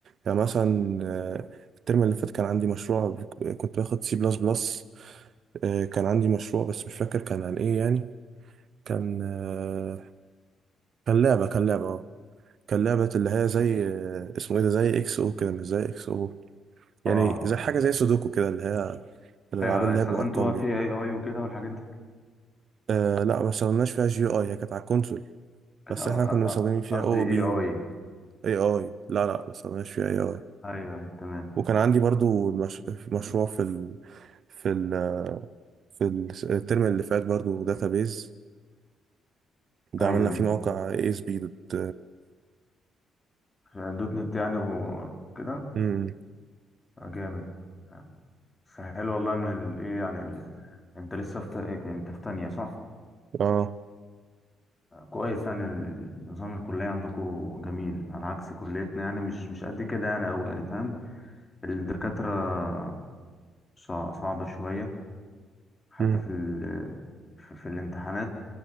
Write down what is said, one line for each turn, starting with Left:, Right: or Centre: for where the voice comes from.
Right: يعني مثلا آه، الترم اللي فات كان عندي مشروع ب- كنت باخد سي بلس بلس كان عندي مشروع بس مش فاكر كان عن ايه يعني كان آه، كان لعبة كان لعبة اه كان لعبة اللي هي زي آه، اسمه ايه ده زي اكس او كده مش زي اكس او يعني
Left: اه
Right: زي حاجة زي سودوكو كده اللي هي الألعاب
Left: ايوه
Right: اللي
Left: استخدمتوا
Right: هي بالأرقام
Left: بقى
Right: دي
Left: في اي اي وكده والحاجات دي
Right: آه لا ما استخدمناش فيها جي اي هي كانت على الكونسول
Left: آه،
Right: بس
Left: آه،
Right: احنا كنا
Left: آه،
Right: مستخدمين فيها
Left: قصدي
Right: او
Left: اي
Right: بي
Left: اي
Right: و اي اي لا لا ما استخدمناش فيها اي اي
Left: ايوه أيوة، تمام
Right: وكان عندي برضو مش... مشروع في ال... في ال... في ال- الترم اللي فات برضو داتابيز ده
Left: ايوه
Right: عملنا فيه موقع اي اس بي دوت
Left: أيوة. دوت نت يعني وكده
Right: امم
Left: آه، جامد آه، بس حلو والله ان ال- ايه يعني ال... انت لسه في ت- إيه، انت في تانية صح؟
Right: اه
Left: آه، كويس يعني ال- ال- نظام الكلية عندكم جميل على عكس كليتنا يعني مش مش قد كده يعني أوي يعني فاهم الدكاترة صع- صعبة شوية حتى
Right: امم
Left: في ال... في في الامتحانات